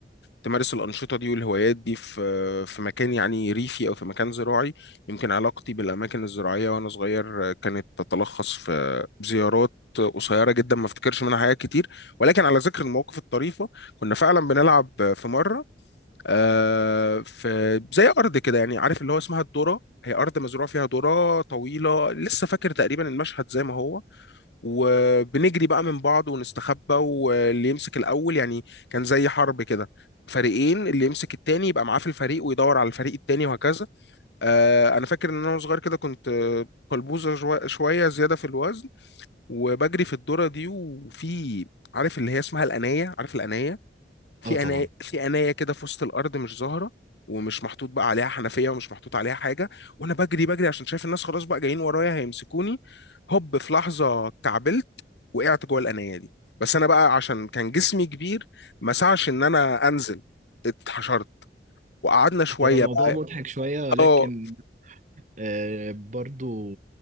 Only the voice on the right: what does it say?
اه طبعا
هو الموضوع
مضحك شوية ولكن
آه، برضو